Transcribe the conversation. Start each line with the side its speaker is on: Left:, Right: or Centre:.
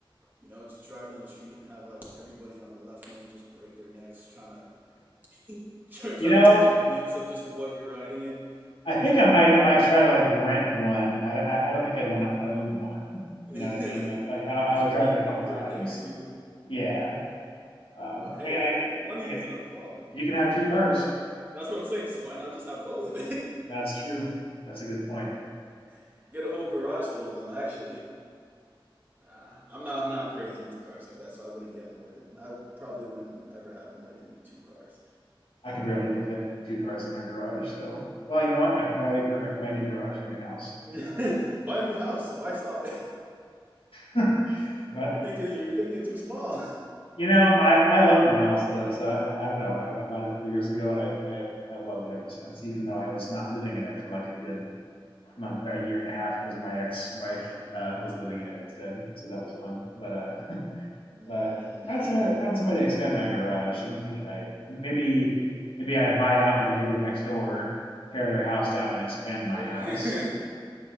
Right: You know, just drive down the street and have like everybody on the left lane just break their necks trying to <laughs> trying
Left: <laughs> you know,
Right: to catch a glimpse of just what you're riding in.
Left: I think I might I might try to like rent one. I I, I don't think I'd want to own one.
Right: <laughs> just
Left: You know what I mean? Like like I, I would
Right: rent
Left: drive it a
Right: one
Left: couple
Right: for
Left: times.
Right: a day or two.
Left: Yeah. Um.
Right: But hey,
Left: I, I
Right: if money
Left: I get
Right: isn't a problem,
Left: you can have two cars.
Right: that's what I'm saying. Just why not just have both?
Left: That's true. That's a good point.
Right: <laughs> get a whole garage full of them. Actually, uh, I'm not I'm not crazy into cars like that, so I wouldn't get more than I probably wouldn't ever have more than two cars.
Left: I can barely even fit two cars in my garage. So well, you know what? I can buy a I can buy a new garage or a new house.
Right: Yeah, <laughs> buy a new house. Why stop?
Left: <laughs>
Right: <laughs>
Left: but
Right: you're thinking you're thinking too small.
Left: You know, I, I love my house though, so I, I don't know. I, I bought it three years ago, and I, and I've I've loved it ever since. Even though I was not living in it for like a good month, a year and a half, because my
Right: <laughs>
Left: ex-wife uh, was living in it instead, so that was fun. But uh,
Right: Mm.
Left: uh, find somebody find somebody
Right: <laughs>
Left: to expand my garage. I don't think I maybe maybe I buy out the neighbor next door, tear their house down, and expand my
Right: Oh yeah.
Left: house.